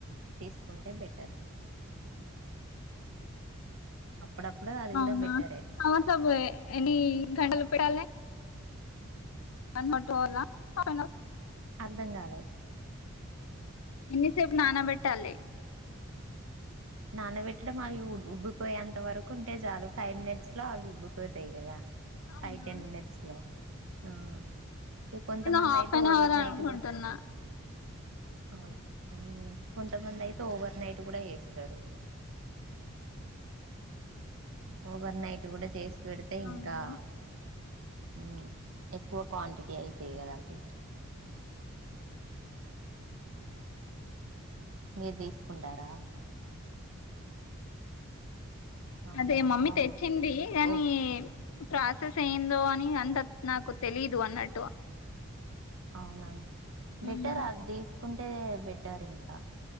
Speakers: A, on the right; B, on the left.
A: తీసు ఉంటే బెటర్ అప్పుడప్పుడు అది
B: అవునా
A: కూడా బెటరే
B: అవసబే ఎన్ని గంటలు పెడలే. అనట్ పోలా పోయానవ్
A: అర్ధం గాలే
B: ఎన్నిసేపు నానబెట్టాలే
A: నానబెట్టడం అవి ఉబ్బిపోయే అంత వరకు ఉంటే చాలు. ఫైవ్ మినిట్స్ లో అవి ఉబ్బిపోతాయి. కదా
B: అవునా
A: ఫైవ్ టెన్ మినిట్స్ లో ఆ ఇగా కొంతమంది
B: నేను హాఫ్
A: అయితే
B: అన్
A: ఓవర్
B: అవర్ అనుకుంటున్నా
A: నైట్ కూడా అవును హు కొంతమంది అయితే ఓవర్ నైట్ కూడా చేస్త తరు ఓవర్ నైట్ కూడా జేస్ పెడితే
B: అవునా
A: ఇంకా హు ఎక్కువ క్వాంటిటీ అయితాయి కదా అవి మీరు తీసుకుండారా అవునా
B: అదే మమ్మీ
A: అవును
B: తెచ్చింది గానీ
A: ఓ
B: ప్రాసెస్ అయిదో అని అందత్ నాకు తెలీదు అన్నట్టు
A: అవునా
B: మ్మ్
A: బెటర్ ఆ దిస్ కుంటేదే బెట్టర్ ఇంకా